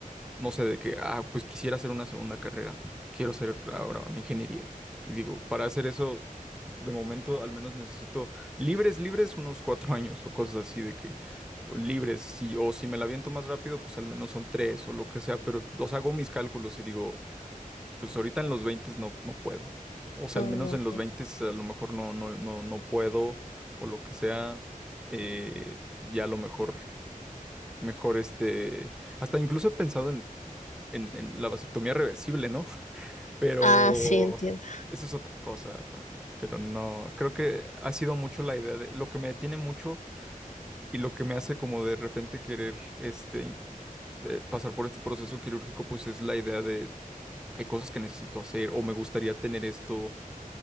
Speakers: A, in the centre; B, on the left (about 60°).
A: no sé, de que, ah, pues quisiera hacer una segunda carrera, quiero hacer ahora una ingeniería. Y digo, para hacer eso, de momento al menos necesito libres, libres unos cuatro años o cosas así de que, o libres, si, o si me la aviento más rápido, pues al menos son tres o lo que sea, pero, o sea, hago mis cálculos y digo, pues ahorita en los 20 no, no puedo. O sea,
B: Mm,
A: al menos en los 20 a lo mejor no, no, no, no puedo o lo que sea. eh, ya a lo mejor, mejor este... Hasta incluso he pensado en, en, en la vasectomía reversible, ¿no? <laughs> Pero
B: Ah, sí, entiendo.
A: eso es otra cosa también. Pero no, creo que ha sido mucho la idea de... Lo que me detiene mucho y lo que me hace como de repente querer este... in- de pasar por este proceso quirúrgico, pues es la idea de hay cosas que necesito hacer o me gustaría tener esto